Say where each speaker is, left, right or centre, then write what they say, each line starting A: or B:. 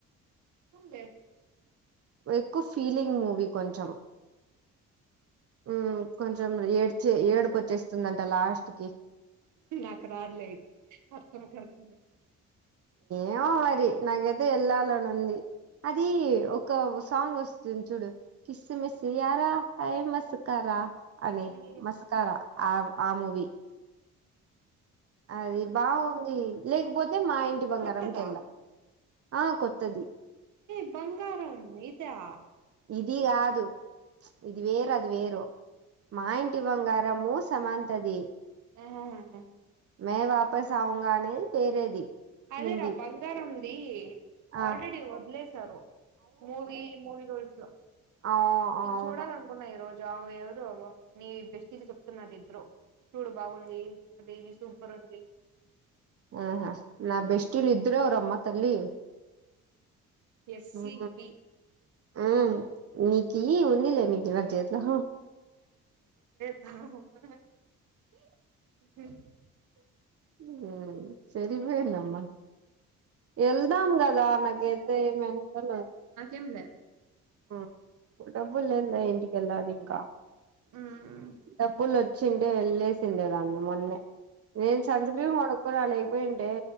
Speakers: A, on the right; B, on the right.
A: ఉంది ఏంది
B: ఎక్కువ ఫీలింగ్ మూవీ కొంచెం ఉమ్ కొంచెం ఏడ్చే ఏడుపోచ్చేస్తుందంట లాస్ట్కి
A: నాకు రాదులే అర్థం కాదు
B: ఏమో మరి నాకైయితే వెళ్ళాలని ఉంది అది ఒక సాంగోస్తుంది చూడు కిస్సు మిస్సుయర హై మస్ కారా అని
A: ఉమ్
B: మస్కారా ఆ ఆ మూవీ అది బాగుంది లేకపోతే మా ఇంటి బంగారంకేళ్దాం
A: కొత్తదా
B: ఆ కొత్తది
A: ఏ బంగారం ఇదా
B: ఇది కాదు ఇది వేరది వేరు మా ఇంటి బంగారము సమాంతది
A: ఆహ
B: మై వాపస్ ఆవుంగనేది వేరేది
A: అదేరా
B: హిందీ
A: బంగారంది
B: ఆ
A: ఆల్రెడి వదిలేసారు మూవీ మూవీ రూల్స్లో
B: అవు ఆ అవును
A: చూడాలనుకున్న ఈ రోజు ఆ ఎవరు నీ బెస్టీ లు చెప్తున్నారు ఇద్దరు చూడు బాగుంది దే సూపర్ ఉంది
B: ఆహ నా బెస్ట్లద్దరమ్మ తల్లి ఉహ
A: ఎస్సి బి
B: ఆ నీకి ఉందిలే నీకు నా చేతిలో
A: ఉమ్
B: ఉమ్ సరివేనమ్మా ఎల్దా కా లనగేతే మంటల
A: ఏంలే
B: ఉమ్ డబ్బులు లేదే ఇంటికిళ్ళాలి ఇంకా
A: ఉమ్
B: డబ్బులు వచ్చిండే వెళ్ళేసిండే దాన్ని మొన్నే నేను చదుకు మొడ కుడలగిపోయింట